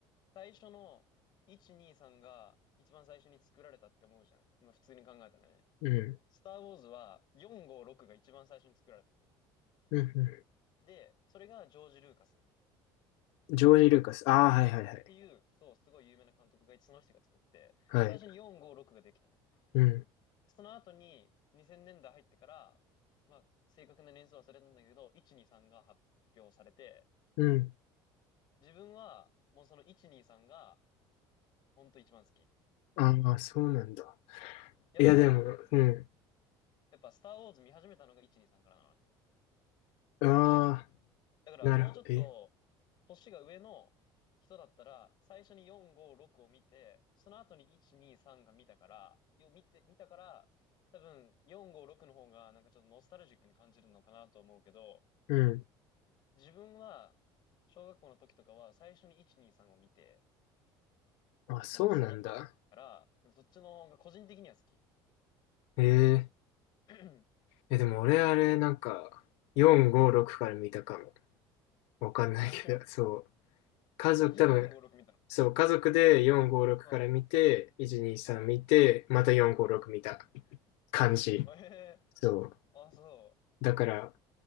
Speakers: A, on the left; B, on the left.
A: 最初の1、2、3が一番最初に作られたって思うじゃん。まあ、普通に考えたらね。
B: うん、
A: スター・ウォーズは4、5、6が一番最初に作られたの。
B: うん、う
A: で、それがジョージ・ルーカスっ
B: ん。ジョージ・ルーカス。ああ、はいはいはい。
A: ていう、そう、すごい有名な監督がいて、その人が作って、
B: はい。
A: 最初に4、5、6ができたの。
B: うん、
A: その後に2000年代入ってから、まあ、正確な年数は忘れたんだけど、1、2、3が発表されて、
B: うん。
A: 自分はもうその1、2、3が本当一番好き。
B: ああ、そうなんだ。
A: そうやっぱ、
B: いや、でも、うん。
A: やっぱスターウォーズ見始めたのが123からなのね。
B: ああ、
A: だからもうちょっと、
B: なるほど。え、
A: 星が上の人だったら、最初に4、5、6を見て、その後に1、2、3が見たから、よ、見て、見たから、多分4、5、6の方がなんかちょっとノスタルジックに感じるのかなと思うけど、
B: うん。
A: 自分は、小学校の時とかは最初に1、2、3を見て、
B: あ、そうなんだ。
A: なんか育ってきたから、なんかそっちの方が個人的には好き。
B: ええ
A: うん。<clears throat>
B: え、でも俺あれ、なんか、4、5、6から見たかも。わかんないけど、
A: あ、本当
B: <laughs> そう。家族、
A: 最初に4、
B: 多分、
A: 5、6見たの。
B: そう、家族で4、5、6から見て、
A: うん。
B: 1、2、3見て、
A: うん。
B: また4、5、6見た感じ。
A: ええ
B: そう。
A: あ、そ
B: だから、